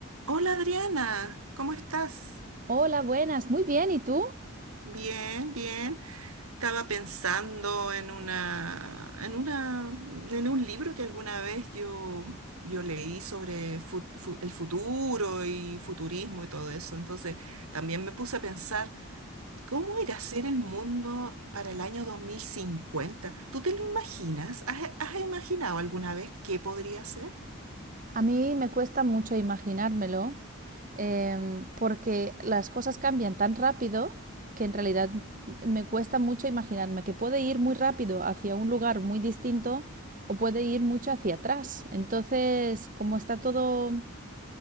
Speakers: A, on the right; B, on the right.
A: Hola Adriana, ¿cómo estás?
B: Hola, buenas, muy bien, ¿y tú?
A: Bien, bien. Estaba pensando en una, en una, en un libro que alguna vez yo, yo leí sobre fu- fu- el futuro y futurismo y todo eso. Entonces también me puse a pensar, ¿cómo irá a ser el mundo para el año dos mil cincuenta. ¿Tú te lo imaginas? ¿Has, has imaginado alguna vez qué podría ser?
B: A mí me cuesta mucho imaginármelo em, porque las cosas cambian tan rápido que en realidad me cuesta mucho imaginarme que puede ir muy rápido hacia un lugar muy distinto o puede ir mucho hacia atrás. Entonces, como está todo